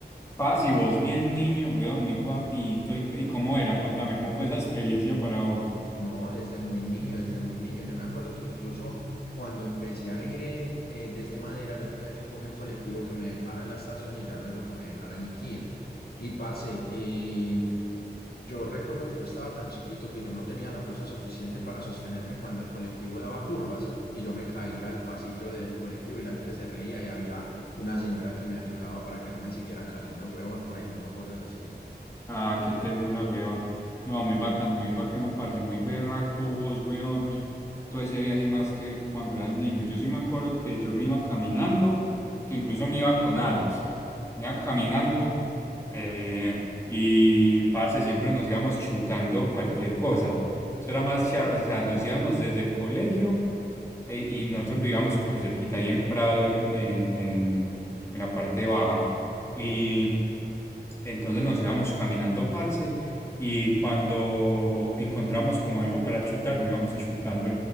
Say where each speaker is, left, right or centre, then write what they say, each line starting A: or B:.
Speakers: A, on the left (about 15°); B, on the left (about 65°).
A: Parce, y vos bien niño, weón, muy guapito. ¿Y, y cómo era? Contame, ¿cómo fue esa experiencia para vos?
B: No, desde muy niño, desde muy niño. Yo me acuerdo que incluso cuando empecé a ir en, eh, desde Madera, yo tenía que coger colectivo que me dejara en la estación y ya luego que me dejara en Niquía. Y parce, eh, yo recuerdo que yo estaba tan chiquito que yo no tenía la fuerza suficiente para sostenerme cuando el colectivo daba curvas y yo me caía al pasillo del colectivo y la gente se reía y había una señora que me ayudaba para que no me siguiera cayendo, huevón, por ejemplo, cosas así.
A: Ah, qué ternura, weón. No, muy bacano, muy bacano, parce, muy berraco vos, weón. todo ese viaje y más que cuando eras niño. Yo sí me acuerdo que yo me iba caminando, que incluso me iba con Alex. Me iba caminando eh, y, parce, siempre nos íbamos chutando cualquier cosa. Eso era más charro, o sea, nos íbamos desde el colegio eh, y nosotros vivíamos súper cerquita ahí en Prado, en, en, en, en la parte baja. Y entonces nos íbamos caminando, parce. Y cuando encontramos como algo para chutar, nos íbamos chutando